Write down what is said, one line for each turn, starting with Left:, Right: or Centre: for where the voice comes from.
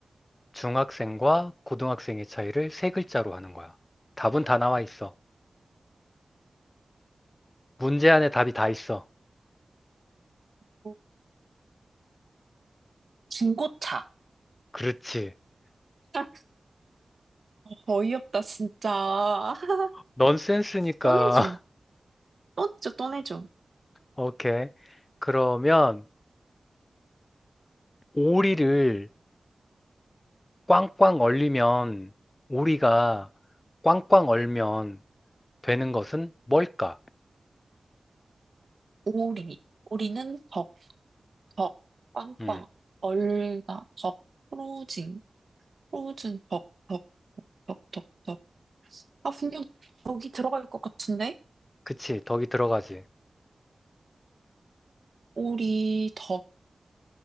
Left: 중학생과 고등학생의 차이를 세 글자로 하는 거야. 답은 다 나와 있어. 문제 안에 답이 다 있어.
Right: 어, 중고차.
Left: 그렇지.
Right: <laughs> 어이없다, 진짜. <laughs>
Left: 넌센스니까.
Right: 떠내줘.
Left: <laughs>
Right: 떠내줘, 떠내줘.
Left: 오케이. 그러면 오리를 꽝꽝 얼리면 오리가 꽝꽝 얼면 되는 것은 뭘까?
Right: 오리. 오리는 덕, 덕, 꽝꽝.
Left: 음,
Right: 얼다, 덕, 프로징, 프로즌, 덕, 덕, 덕, 덕, 덕. 아, 분명 덕이 들어갈 것 같은데?
Left: 그치. 덕이 들어가지.
Right: 오리, 덕,